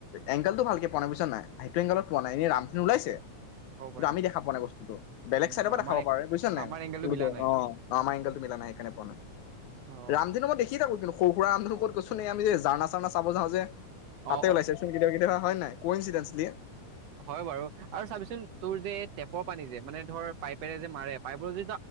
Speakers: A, on the left (about 80°); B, on the right (about 70°).
A: এংকেলটো ভালকে পোৱানাই, বুজিছ নে নাই? সেইটো এংগেলত পোৱা নাই, এনে ৰামধেনু ওলাইছে।
B: সৰুৰে
A: কিন্তু আমি দেখা পোৱা নাই বস্তুটো, বেলেগ
B: উম
A: চাইডৰ পৰা
B: আমাৰে
A: দেখাব পাৰে বুজিছোঁ নে নাই,
B: আমাৰ এংগেলটো
A: <unintelligible>
B: মিলা নাই।
A: অ, আমাৰ এংগেলেটো মিলা নাই সেইকাৰণে পোৱা নাই,
B: অ
A: ৰামধেনু মই দেখিয়ে থাকো কি সৰু সুৰা আমি <unintelligible> ক'ত গৈছোঁ নে আমি যে জাৰণা চাৰণা চাব যাওঁ যে।
B: অ
A: তাতে উলাইছ চোন কেতিয়াবা কেতিয়াবা হয় নাই? কইঞ্চিদেঞ্চেলি।
B: হয় বাৰু, আৰু চাবিচোন তোৰ যে টেপৰ পানী যে, মানে ধৰ পাইপেৰে যে মাৰে পাইপৰ যে